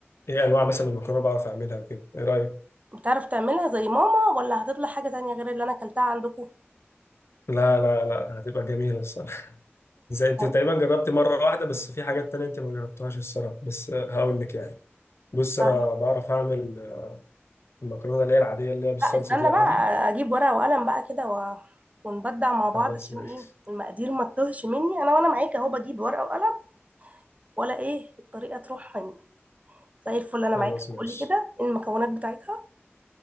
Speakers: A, on the left (about 70°); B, on the right (about 35°).
A: ايه انواع مثلا من المكرونه بعرف اعملها وكده ايه رايك
B: بتعرف تعملها زي ماما ولا هتطلع حاجه تانية غير اللي انا اكلتها عندكم
A: لا لا لا هتبقى جميله الصراحه <laughs> زي انت
B: طيب.
A: تقريبا جربت مره واحده بس في حاجات تانية انت ما جربتهاش الصراحه بس آه، هقول لك يعني بص
B: طيب.
A: انا بعرف اعمل آه، المكرونه اللي هي العاديه اللي هي بالصلصه
B: لا استنى
A: دي عادي
B: بقى اجيب ورقه وقلم بقى كده و... ونبدع مع
A: خلاص
B: بعض عشان
A: ماشي
B: ايه المقادير ما تتوهش مني انا وانا معاك اهو بجيب ورقه وقلم ولا ايه الطريقه تروح مني زي الفل انا
A: خلاص
B: معاك
A: ماشي
B: قولي كده إيه المكونات بتاعتها